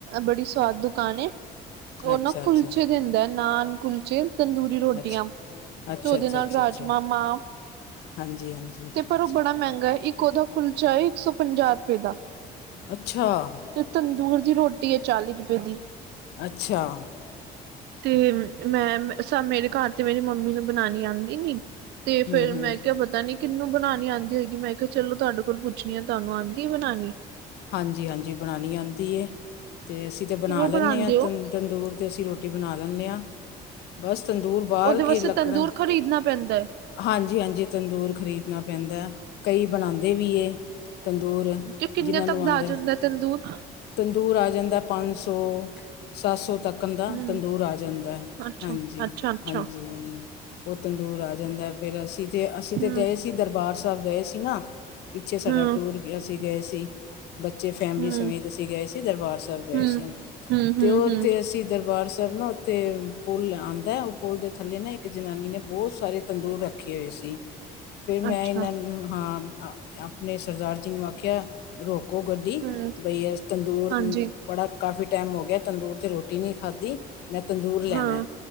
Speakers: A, on the right; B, on the left.
A: ਬੜੀ ਸਵਾਦ ਦੁਕਾਨ ਉਹ
B: ਅੱਛਾ
A: ਨਾ ਕੁਲਚੇ
B: ਅੱਛਾ
A: ਦਿੰਦਾ ਨਾਨ ਕੁਲਚੇ ਤੰਦੂਰੀ ਰੋਟੀਆਂ
B: ਅੱਛਾ ਅੱਛਾ
A: ਤੇ ਉਹਦੇ
B: ਅੱਛਾ
A: ਨਾਲ
B: ਅੱਛਾ
A: ਰਾਜਮ
B: ਅੱਛਾ
A: ਮਾਂ
B: ਹਾਂਜੀ ਹਾਂਜੀ
A: ਤੇ ਪਰ
B: ਅੱਛਾ
A: ਉਹ ਬੜਾ ਮਹਿੰਗਾ ਹੈ ਇੱਕ ਉਹਦਾ ਕੁਲਚਾ ਹੈ ਇੱਕ ਸੌ ਪੰਜਾਹ ਰੁਪਏ ਦਾ
B: ਆਹਓ
A: ਤੇ ਤੰਦੂਰ ਦੀ ਰੋਟੀ ਹੈ ਚਾਲੀ ਰੁਪਏ ਦੀ
B: ਅੱਛਾ
A: ਤੇ ਮੈਂ ਮੇਰੇ ਘਰ ਚ ਮੇਰੀ ਮੰਮੀ ਨੂੰ ਬਣਾਉਣੀ ਆਉਂਦੀ ਨੀ ਤੇ
B: ਹਮ
A: ਫੇਰ
B: ਹਮ
A: ਮੈਂ ਕਿਹਾ ਪਤਾ ਨੀ ਕਿੰਨੂੰ ਬਣਾਉਣੀ ਆਉਂਦੀ ਹੋਏਗੀ ਮੈਂ ਕਿਹਾ ਚਲੋ ਤੁਹਾਡੇ ਕੋਲ ਪੁੱਛਣੀ ਆ ਤੁਹਾਨੂੰ ਆਉਂਦੀ ਬਣਾਉਣੀ
B: ਹਾਂਜੀ ਹਾਂਜੀ ਬਣਾਣੀ ਆਂਦੀ ਏ ਤੇ ਅਸੀ ਤੇ ਬਣਾ
A: ਕਿਵੇਂ ਬਣਾਉਂਦੇ
B: ਲੈਂਨੇਂ ਆ
A: ਹੋ
B: ਤ ਤੰਦੂਰ ਤੇ ਅਸੀਂ ਰੋਟੀ ਬਣਾ ਲੈਂਨੇਂ ਹਾਂ ਬਸ ਤੰਦੂਰ ਬਾਲ
A: ਉਹਦੇ
B: ਕੇ
A: ਵਾਸਤੇ
B: ਲੱਕੜਾਂ
A: ਤੰਦੂਰ ਖਰੀਦਣਾ ਪੈਂਦਾ ਹੈ।
B: ਹਾਂਜੀ ਹਾਂਜੀ ਤੰਦੂਰ ਖ਼ਰੀਦਣਾ ਪੈਂਦਾ ਹੈ ਕਈ ਬਣਾਦੇ ਵੀ ਏ ਤੰਦੂਰ।
A: ਤੇ ਕਿੰਨੇ
B: ਜਿਨ੍ਹਾਂ ਨੂੰ
A: ਤੱਕ
B: ਆਉਂਦਾ
A: ਦਾ ਜੰਦਾ ਤੰਦੂਰ?
B: ਤੰਦੂਰ ਆ ਜਾਂਦਾ, ਪੰਜ-ਸੌ ਸੱਤ-ਸੌ ਤਕਣ ਦਾ
A: ਹਮ
B: ਤੰਦੂਰ ਆ ਜਾਂਦਾ,
A: ਅੱਛਾ
B: ਹਾਂਜੀ-ਹਾਂਜੀ।
A: ਅੱਛਾ ਅੱਛਾ
B: ਉਹ ਤੰਦੂਰ ਆ ਜਾਂਦਾ, ਫਿਰ ਅਸੀਂ ਤੇ, ਅਸੀਂ ਤੇ
A: ਹਮ
B: ਗਏ ਸੀ, ਦਰਬਾਰ ਸਾਹਿਬ ਗਏ ਸੀ ਨਾ ਪਿੱਛੇ ਸਾਡਾ
A: ਹਮ
B: ਟੂਰ ਗਿਆ ਅਸੀ ਗਏ ਸੀ। ਬੱਚੇ ਫੈਮਿਲੀ
A: ਹਮ
B: ਸਮੇਤ ਅਸੀਂ ਗਏ ਸੀ ਦਰਬਾਰ ਸਾਹਿਬ ਗਏ
A: ਹਮ
B: ਸੀ।
A: ਹਮ
B: ਤੇ
A: ਹਮ
B: ਉਹ ਉੱਥੇ
A: ਹਮ
B: ਅਸੀ ਦਰਬਾਰ ਸਾਹਿਬ ਨਾ ਤੇ ਪੁਲ ਆਉਂਦਾ ਉਹ ਪੁਲ ਦੇ ਥੱਲੇ ਨਾ ਇੱਕ ਜਨਾਨੀ ਨੇ ਬਹੁਤ ਸਾਰੇ ਤੰਦੂਰ ਰੱਖੇ ਹੋਏ ਸੀ ਫਿਰ ਮੈਂ
A: ਅੱਛਾ
B: ਇਹਨਾਂ ਨੂੰ ਹਾਂ ਆਪਣੇ ਸਰਦਾਰ ਜੀ ਨੂੰ ਆਖਿਆ ਰੋਕੋ ਗੱਡੀ
A: ਹਮ
B: ਬਈ ਤੰਦੂਰ
A: ਹਾਂਜੀ
B: ਬੜਾ ਕਾਫੀ ਟਾਈਮ ਹੋ ਗਿਆ ਤੰਦੂਰ ਤੇ ਰੋਟੀ ਨਹੀਂੀ ਖਾਧੀ ਮੈਂ ਤੰਦੂਰ ਲੈਣਾ
A: ਹਾਂ